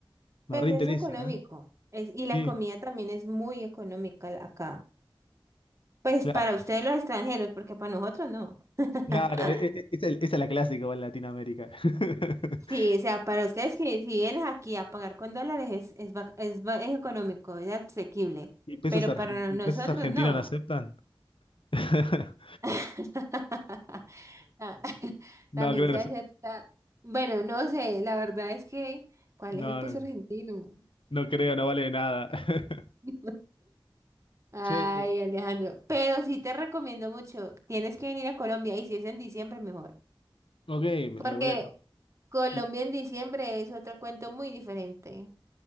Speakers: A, on the left (about 80°); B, on the right (about 35°).
A: me
B: Pues
A: reinteresa,
B: es económico.
A: ¿eh?
B: Es, y la comida
A: Sí,
B: también es muy económica la- acá. Pues
A: claro,
B: para ustedes los extranjeros, porque para nosotros no. <laughs>
A: claro, e- e- e, esa es, esa es la clásica igual en Latinoamérica. <laughs>
B: Sí, o sea, para ustedes que si vienes aquí a pagar con dólares es, es, ba- es, ba- es económico, es asequible.
A: ¿Y pesos,
B: Pero
A: argen-
B: para
A: y
B: nosotros
A: pesos argentinos
B: no.
A: no aceptan? <laughs>
B: <laughs> Ah, <laughs>
A: No,
B: También
A: creo que
B: se
A: no, aceptan.
B: acepta. Bueno, no sé, la verdad es que, ¿cuál
A: no,
B: es el peso
A: no,
B: argentino?
A: no creo, no vale nada. <laughs>
B: <laughs> Ay,
A: Che, eh,
B: Alejandro, pero sí te recomiendo mucho, tienes que venir a Colombia y si es en diciembre mejor,
A: ok, me
B: porque
A: lo voy a tomar.
B: Colombia
A: ¿Y
B: en diciembre es otro cuento muy diferente.